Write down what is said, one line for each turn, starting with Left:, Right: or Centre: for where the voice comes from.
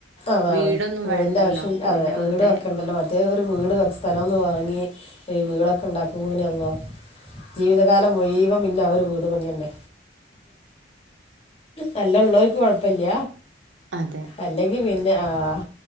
Left: അതാണ്
Right: വീടൊന്നും
Left: വീടിന്റെ
Right: വേണ്ടല്ലോ.
Left: ആവശ്യം
Right: അപ്പൊ
Left: അതെ
Right: പിന്നെ വെറുതെ
Left: വീട് വെക്കേണ്ടല്ലോ മറ്റെ ഒരു വീട് സ്ഥലോന്ന് വാങ്ങി ഒരു വീടൊക്കെണ്ടാക്കു
Right: ആഹ്
Left: <unintelligible> ജീവിതകാലം മുഴീവൻ ആ ഒരു വീടു പണിയെന്നെ നല്ലെള്ളോര്ക്ക് കൊഴപ്പില്ല
Right: അതെ
Left: അല്ലെങ്കി പിന്നെ ആഹ്